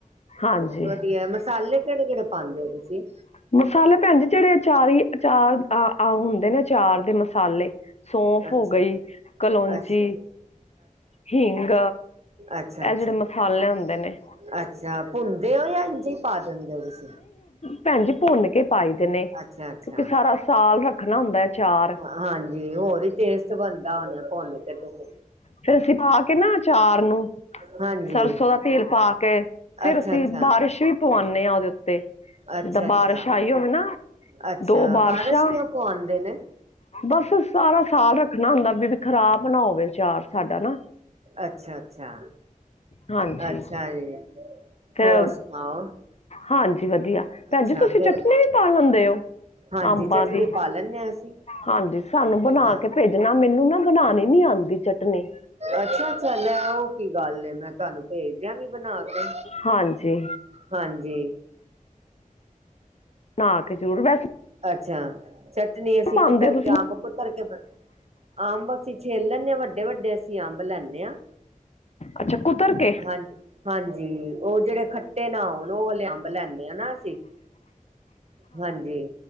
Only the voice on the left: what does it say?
ਹਾਂਜੀ
ਮਸਾਲੇ ਭੈਣ ਜੀ ਜਿਹੜੇ ਅਚਾਰੀ, ਅਚਾਰ ਆ ਹੁੰਦੇ ਨੇ ਅਚਾਰ ਦੇ ਮਸਾਲੇ ਸੌਫ
ਹੋ ਗਈ, ਕਲੋਂਜੀੀ,
ਹਿੰਗ
ਜਿਹੜੇ ਮਸਾਲੇ ਹੁੰਦੇ ਨੇ
ਭੈਣਜੀ ਭੁੰਨ ਕੇ ਪਾਈ ਦੇ ਨੇ,
ਕਿਉਂਕਿ ਸਾਰਾ ਸਾਲ ਰੱਖਣਾ ਹੁੰਦਾ ਹੈ ਅਚਾਰ।
ਫੇਰ ਅਸੀਂ ਪਾ ਕੇ ਨਾ ਅਚਾਰ ਨੂੰ
ਸਰਸੋਂ ਦਾ ਤੇਲ ਪਾ ਕੇ, ਫ਼ਿਰ
ਅਸੀਂ ਬਾਰਿਸ਼ ਵੀ ਪਵਾਂਦੇ ਹਾਂ ਉਹਦੇ ਉੱਤੇ ਤੇ
ਜਿੱਦਾਂ ਬਾਰਿਸ਼ ਆਈ ਹੋਵੇ ਨਾ
ਦੋ ਬਾਰਿਸ਼ਾਂ
ਬਸ ਸਾਰਾ ਸਾਲ ਰੱਖਣਾ ਹੁੰਦਾ ਵੀ ਖ਼ਰਾਬ ਨਾ ਹੋਵੇ, ਵਿ ਅਚਾਰ ਸਾਡਾ ਨਾ।
ਹਾਂਜੀ
ਫਿਰ
ਹਾਂਜੀ ਵਧੀਆ ਭੈਣਜੀ
ਤੁਸੀਂ
ਚਟਨੀ ਵੀ ਪਾ ਲੈਂਦੇ ਹੋ,
ਅੰਬਾਂ
ਦੀ?
ਹਾਂਜੀ ਸਾਨੂੰ ਬਣਾ
ਕੇ ਭੇਜਣਾ, ਮੈਨੂੰ ਨਾ ਬਣਾਣੀ ਨੀ ਆਂਦੀ ਚਟਨੀ।
ਹਾਂਜੀ
ਬਣਾ ਕੇ ਜ਼ਰੂਰ ਵੈਸੇ
ਪਾਉਂਦੇ
ਹੋ ਤੁਸੀਂ
ਅੱਛਾ ਕੁਤਰ ਕੇ